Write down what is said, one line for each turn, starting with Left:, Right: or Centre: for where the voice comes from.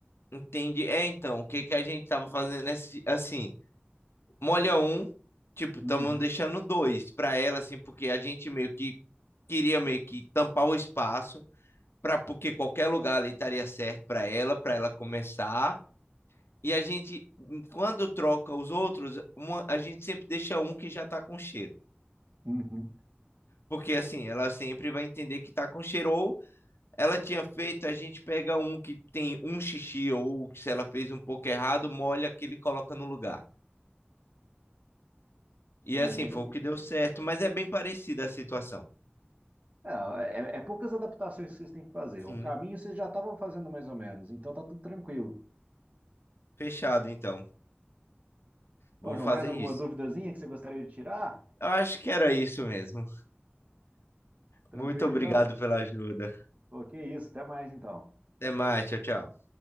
Left: entende. É, então, o que que a gente tava fazendo é se- assim, molha um, tipo, estamos
Right: Uhum,
Left: deixando dois para ela, assim, porque a gente meio que queria meio que tampar o espaço. para porque qualquer lugar ali estaria certo para ela, para ela começar. E a gente, quando troca os outros, uma- a gente sempre deixa um que já tá com cheiro.
Right: uhum.
Left: Porque assim, ela sempre vai entender que tá com cheiro. Ou ela tinha feito, a gente pega um que tem um xixi, ou se ela fez um pouco errado, molha aquele e coloca no lugar. E
Right: Não
Left: assim,
Right: é bem.
Left: foi o que deu certo. Mas é bem parecida a situação.
Right: Não, é, é poucas adaptações que vocês têm que fazer.
Left: Sim,
Right: O caminho vocês já estavam fazendo mais ou menos, então tá tudo tranquilo.
Left: fechado então.
Right: Bom,
Left: Vou
Right: João,
Left: fazer
Right: mais alguma
Left: isso.
Right: duvidazinha que você gostaria de tirar?
Left: Eu acho que era isso mesmo.
Right: Tranquilo
Left: Muito obrigado
Right: então?
Left: pela ajuda.
Right: Ok, isso, até mais então.
Left: Até mais, tchau, tchau.